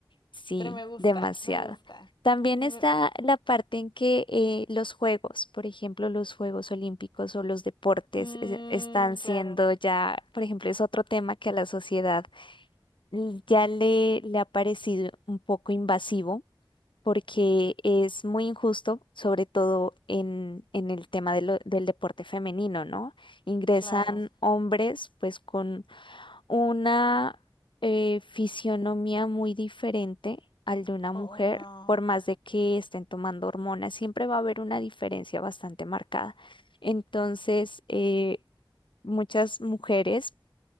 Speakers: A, on the left; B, on the left.
A: Sí,
B: pero me gusta,
A: demasiado.
B: me gusta.
A: También
B: Me-
A: está la parte en que eh, los juegos, por ejemplo, los Juegos Olímpicos o los deportes
B: mm,
A: es- están siendo
B: claro,
A: ya, por ejemplo, es otro tema que a la sociedad l- ya le, le ha parecido un poco invasivo porque es muy injusto, sobre todo en, en el tema de lo- del deporte femenino, ¿no? Ingresan
B: claro,
A: hombres pues con una eh, fisionomía muy diferente al de una
B: o-
A: mujer,
B: obvio.
A: por más de que estén tomando hormonas, siempre va a haber una diferencia bastante marcada. Entonces, eh, muchas mujeres